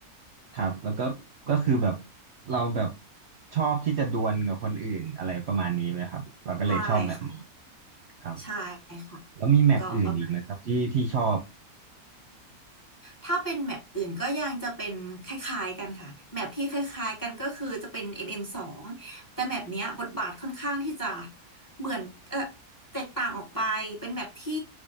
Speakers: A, on the right (about 60°); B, on the left (about 15°).
A: ครับแล้วก็ก็คือแบบเราแบบชอบที่จะดวลกับคนอื่นอะไรประมาณนี้ไหมครับเราก็เลยชอบแบบนี้
B: ใช่ค่ะ
A: ครับ
B: ใช่ค่ะ
A: แล้วมีแมปอื่นอีกไหมครับที่ที่ชอบ
B: ก็ประมาณ ถ้าเป็นแมปอื่นก็ยังจะเป็นคล้ายๆกันค่ะแมปที่คล้ายๆกันก็คือจะเป็น m m งแต่แมปเนี้ยบทบาทค่อนข้างที่จะเหมือนเออแตกต่างออกไปเป็นแมปที่